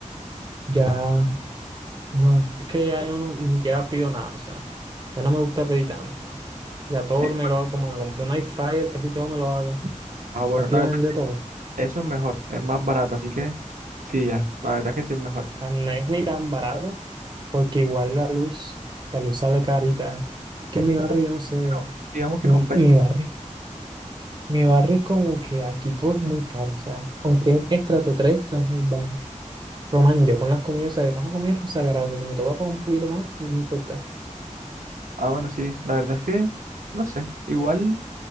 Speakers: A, on the right (about 35°); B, on the right (about 85°).
A: ya, no, es que ya yo no, ni siquiera pido nada, o sea, ya no me gusta pedir tanto. Ya todo
B: Eh,
A: me lo hago, como me compré un air fryer, casi todo me lo haga.
B: Ah, bueno,
A: Prácticamente
B: la verdad,
A: todo.
B: eso es mejor, es más barato. Así que sí, ya, la verdad es que sí es mejor.
A: Ah, No es ni tan barato, porque igual la luz, la luz sale carita. Es que en mi barrio,
B: Bueno,
A: yo no sé,
B: pero digamos que
A: mi,
B: compensa.
A: mi barrio. Mi barrio es como que aquí todo es muy caro, o sea, aunque es estrato 3 todo es muy bajo. Román, yo con las comidas, o sea, yo con las comidas es lo sagrado, o sea, si me toca pagar un poquito más, no me importa.
B: Ah, bueno, sí, la verdad es que, no sé, igual